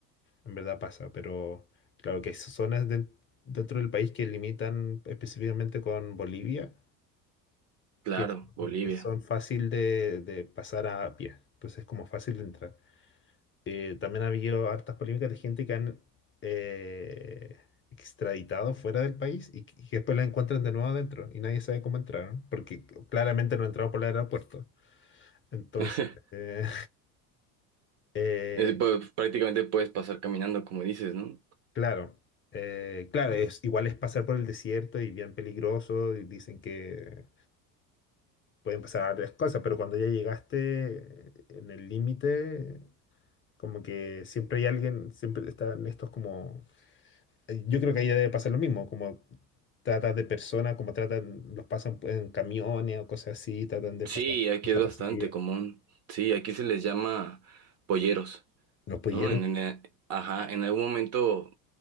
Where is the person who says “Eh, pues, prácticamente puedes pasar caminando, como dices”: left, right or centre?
Right